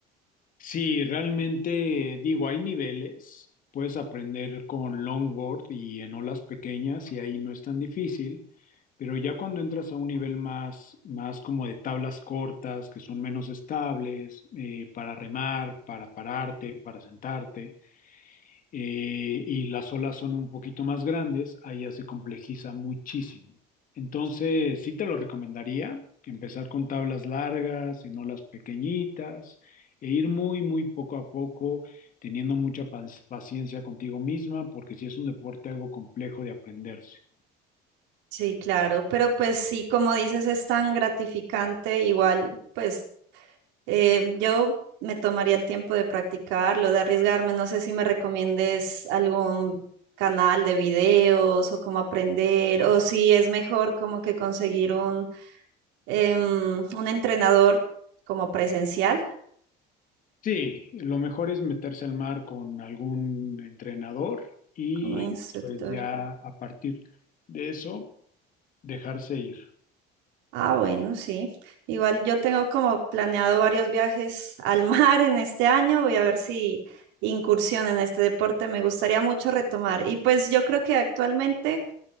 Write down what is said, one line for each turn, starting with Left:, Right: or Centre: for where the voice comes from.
Left: Sí, realmente digo, hay niveles, puedes aprender con longboard y en olas pequeñas y ahí no es tan difícil, pero ya cuando entras a un nivel más, más como de tablas cortas, que son menos estables, eh, para remar, para pararte, para sentarte eh, y las olas son un poquito más grandes, ahí ya se complejiza muchísimo. Entonces, sí te lo recomendaría, empezar con tablas largas, en olas pequeñitas, e ir muy, muy poco a poco, teniendo mucha pas- paciencia contigo misma, porque sí es un deporte algo complejo de aprenderse.
Right: Sí, claro, pero pues sí, como dices, es tan gratificante, igual, pues Eh, yo me tomaría el tiempo de practicarlo, de arriesgarme. No sé si me recomiendes algún canal de videos o cómo aprender, o si es mejor como que conseguir un, em, un entrenador como presencial,
Left: Sí, lo mejor es meterse al mar con algún entrenador y
Right: como un instructor.
Left: pues ya a partir de eso dejarse ir.
Right: Ah, bueno, sí. Igual yo tengo como planeado varios viajes al <laughs> mar en este año. Voy a ver si incursión en este deporte me gustaría mucho retomar. Y pues yo creo que actualmente